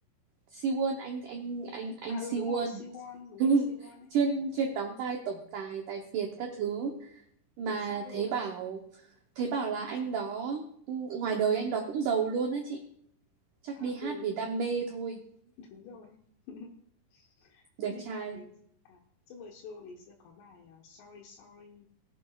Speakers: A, on the right; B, on the left.
A: Siwon anh anh anh anh
B: À
A: Siwon
B: ừ đúng rồi, Siwon, đúng
A: <laughs>
B: rồi Siwon ấy,
A: chuyên chuyên đóng vai tổng tài tài phiệt các thứ mà
B: thì sao luôn.
A: thấy bảo thấy bảo là anh đó ừ, ngoài đời anh đó cũng giàu luôn á chị chắc
B: À
A: đi hát
B: ừ,
A: vì đam mê thôi
B: đúng rồi. <laughs>
A: đẹp
B: Big
A: trai
B: Bang ngày à Super Junior ngày xưa có bài ờ, Sorry Sorry,